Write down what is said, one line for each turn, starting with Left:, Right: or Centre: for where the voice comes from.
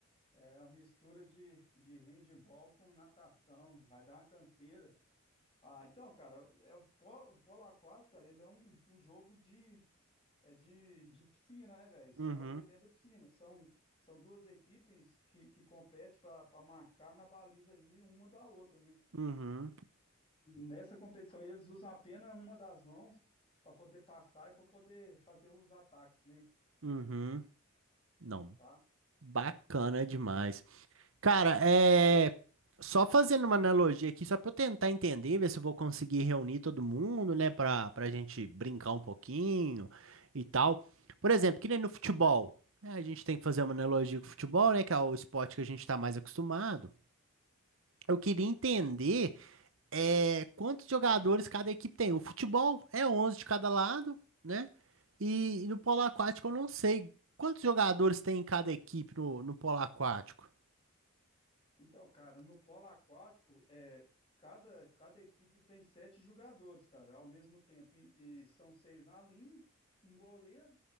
Left: É uma mistura de, de handebol com natação. Vai dar uma canseira. Ah, então, cara, é o, po- o polo aquático, cara, ele é um, um jogo de, é de, de piscina, né, velho? Você
Right: Uhum,
Left: joga ele dentro da piscina. São, são duas equipes que, que competem para marcar na baliza aí uma da outra, né?
Right: uhum,
Left: Nessa competição, eles usam apenas uma das mãos para poder passar e para poder fazer os ataques, né?
Right: uhum.
Left: Hum,
Right: Não,
Left: Tá?
Right: bacana demais. Cara, é. Só fazendo uma analogia aqui, só pra eu tentar entender, ver se eu vou conseguir reunir todo mundo, né, pra, pra gente brincar um pouquinho e tal. Por exemplo, que nem no futebol, né, a gente tem que fazer uma analogia com o futebol, né, que é o esporte que a gente tá mais acostumado. Eu queria entender é, quantos jogadores cada equipe tem. O futebol é 11 de cada lado, né? E, e no polo aquático eu não sei quantos jogadores tem em cada equipe no, no polo aquático.
Left: Então, cara, no polo aquático, é, cada, cada equipe tem sete jogadores, cara, ao mesmo tempo. E, e são seis na linha, um goleiro.